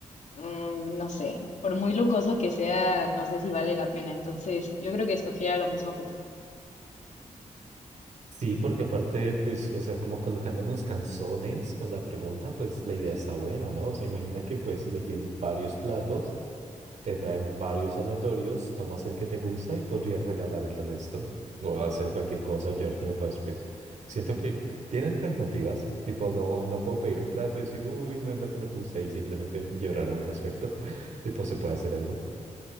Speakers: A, on the left; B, on the right.
A: mm, no sé, por muy lujoso que sea, no sé si vale la pena. Entonces, yo creo que escogería lo mismo que tú.
B: Sí, porque aparte, pues, o sea, como colocándonos canzones con la pregunta, pues la idea está buena, ¿no? O sea, imagina que puedes elegir varios platos Te traen varios aleatorios, tomas el que te gusta y podrías regalar el resto o hacer cualquier cosa o llevártelo para después. Siento que tiene alternativas, tipo no, no puedo pedir un plato y decir, uy, no es lo que me gusta y simplemente llorar al respecto. <laughs> Tipo, se puede hacer algo.